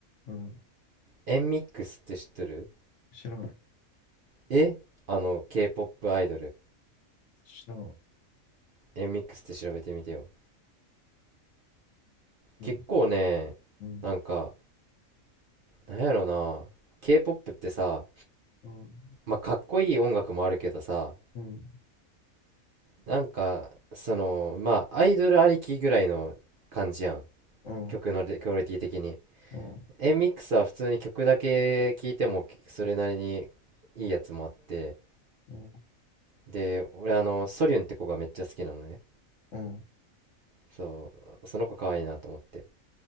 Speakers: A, on the left; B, on the right.
A: うん。
B: エンミックスって知ってる
A: 知らん。
B: えあの K-POP アイドル
A: 知らん。
B: エンミックスって調べてみてよ
A: うん。
B: 結構ねなんか
A: うん。
B: なんやろな K-POP ってさ、
A: うん。
B: まあ、かっこいい音楽もあるけどさ
A: うん。
B: なんかそのまあアイドルありきぐらいの感じやん
A: うん。
B: 曲のレクオリティ的に
A: うん。
B: Mx は普通に曲だけ聴いてもそれなりにいいやつもあって
A: うん。
B: で俺あのソリュンって子がめっちゃ好きなのね
A: うん。
B: そうその子可愛いなと思って